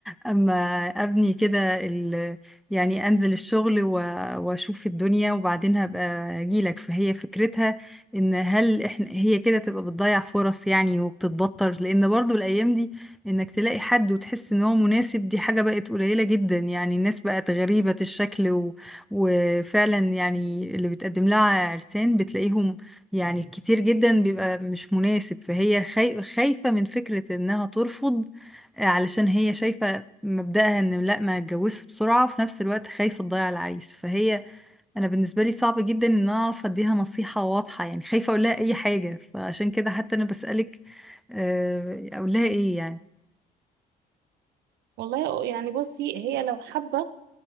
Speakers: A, in the centre; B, on the right.
A: اما ابني كده ال... يعني انزل الشغل و... واشوف الدنيا وبعدين هبقى اجيلك فهي فكرتها ان هل احنا هي كده تبقى بتضيع فرص يعني وبتتبطر لان برضو الايام دي انك تلاقي حد وتحس ان هو مناسب دي حاجة بقت قليلة جدا يعني الناس بقت غريبة الشكل و... وفعلا يعني اللي بتقدم لها عرسان بتلاقيهم يعني كتير جدا بيبقى مش مناسب فهي خاي... خايفة من فكرة انها ترفض علشان هي شايفة مبدأها ان لا ما اتجوزش بسرعة وفي نفس الوقت خايفة تضيع العريس فهي انا بالنسبة لي صعب جدا ان انا اعرف اديها نصيحة واضحة يعني خايفة اقول لها اي حاجة فعشان كده حتى انا بسألك آه، اقول لها ايه يعني
B: والله يعني بصي هي لو حابة